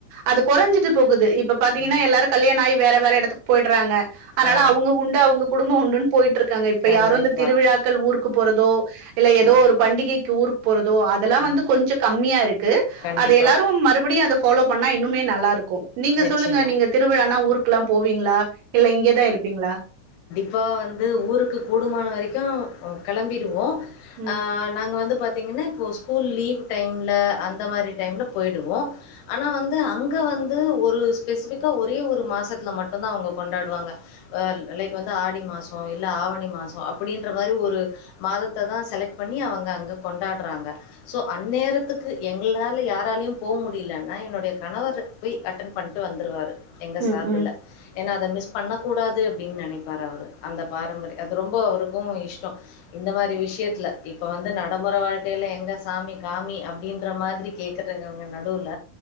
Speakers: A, on the right; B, on the left.
A: அது கொறஞ்சிட்டு போகுது இப் ப பாத்தீங்கனா
B: ம்.
A: எல்லாரு கல்யாண ஆயி வேற வேற எடத்துக் போயிட்றாங்க அனால
B: ஆ,
A: அவுங்க உண்டு அவுங்க உண்டுன் போயி ட்ருக்காங்க இப்ப
B: கண்டிப்பா.
A: யாரு இந்த திருவிழாக்கள் ஊர் க்கு போறதோ இல்ல ஏதோ
B: ஆ,
A: ஒரு பண்டிகைக்கு ஊருக்கு போறதோ அதெல்லா வந்து
B: ம்.
A: கொஞ்சம் கம்மியா இருக்கு.
B: கண்டிப்பா.
A: அது எல்லாரு மறுபடியு அத ஃபாலோ பண்ணா இன்னுமே நல்லா இருக்கு நீங்க
B: நிச்சயமா.
A: சொல்லுங்க நீங்க திருவிழானா ஊரு க்லா போவீங்களா இல்ல இங்கயேதா இருப்பீங்களா
B: ப்பா வந்து ஊருக்கு கூடுமான வரைக்கு ஆ கெளம்பிருவோ
A: ம்
B: ஆ நாங்க வந்து பாத் தீங்கன்னா இப்போ ஸ்கூல் லீவு டைம்ல அந்த மாரி டைம்ல போயிடுவோ. ஆனா வந்து அங்க வந்து ஒரு ஸ்பெசிஃபிக்கா ஒரே ஒரு மாசத்துல மட்டும்தா அவங்க கொண்டாடுவாங்க ஆ லைக் வந்து ஆடி மாசோ இல்ல ஆவணி மாசோ அப்படின்ற மாரி ஒரு மாதத்ததா செலக்ட் பண்ணி அவங்க அங்க கொண்டாடறாங்க. சோ அந்நேரத்துக்கு எங்களால யாராலயு போக முடியலன்னா என்னுடைய கணவர் போய் அட்டன் பண்ட்டு வந்துருவாரு எங்க
A: ம்
B: சார்புல.
A: ம்
B: ஏன்னா அத மிஸ் பண்ணக்கூடாது அப்டின்னு நெனைப்பாரு அவரு அந்த பாரம்பரிய அது ரொம்போ அவருக்கு இஷ்டோ இந்த மாரி விஷயத்தில இப்போ வந்து நடமுறை வாழ்க்கைல எங்க சாமி காமி அப்டின்ற மாதிரி கேக்கறவங்க நடுவுல